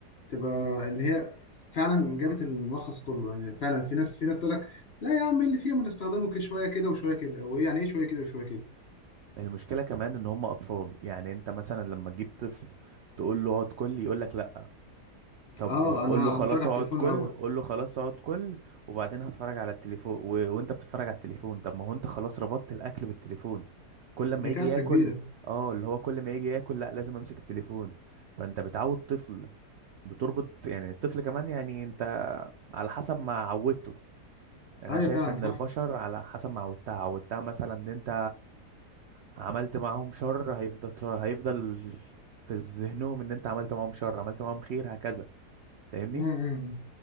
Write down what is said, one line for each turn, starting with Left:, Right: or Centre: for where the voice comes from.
Left: تبقى اللي هي فعلا جابت الملخص كله يعني فعلا في ناس في ناس تقول لك لا يا عم إيه اللي فيها ما نستخدمه كده شويه كده وشويه كده هو إيه يعني ايه شويه كده وشويه كده
Right: المشكلة كمان ان هم اطفال يعني انت مثلا لما تجيب طفل تقول له اقعد كل يقول لك لا طب
Left: اه
Right: قول
Left: انا
Right: له خلاص
Left: اتفرج على
Right: اقعد
Left: التليفون
Right: كل
Left: الاول
Right: قول له خلاص اقعد كل وبعدين هتفرج على التليفون و... وانت بتتفرج على التليفون طب ما هو انت خلاص ربطت الاكل بالتليفون كل
Left: دي
Right: ما يجي
Left: كارثه
Right: ياكل
Left: كبيره
Right: اه اللي هو كل ما يجي ياكل لا لازم امسك التليفون فانت بتعود طفل بتربط يعني الطفل كمان يعني انت على حسب ما عودته يعني
Left: ايوه
Right: انا شايف
Left: فعلا
Right: ان
Left: صح
Right: البشر على حسب ما عودتها عودتها مثلا ان انت عملت معاهم شر هيفضل تر- هيفضل في ذهنهم ان انت عملت معاهم شر عملت معاهم خير هكذا فاهمني
Left: مم، مم، مم.